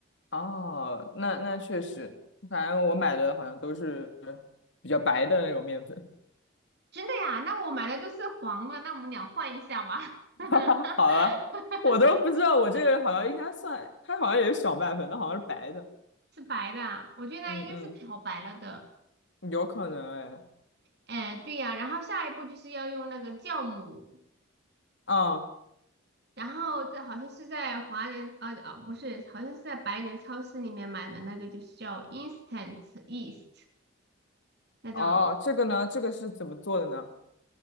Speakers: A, on the left (about 60°); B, on the right (about 50°).
A: 哦，那那确实，反正我买的好像都是比较白的那种面粉。
B: 真的呀？那我买的都是黄的，那我们俩换一下吧。<laughs>
A: <laughs> 好了，我都不知道我这个好像应该算，它好像也是小麦粉，它好像是白的。
B: 是白的啊我觉得应该是漂白了的。
A: 嗯嗯，有可能哎。
B: 哎，对呀，然后下一步就是要用那个酵母，
A: 啊。
B: 然后这好像是在华人，呃，啊不是，好像是在白人超市里面买的那个，就是叫 instant yeast 那种
A: 哦，这个呢，这个是怎么做的呢？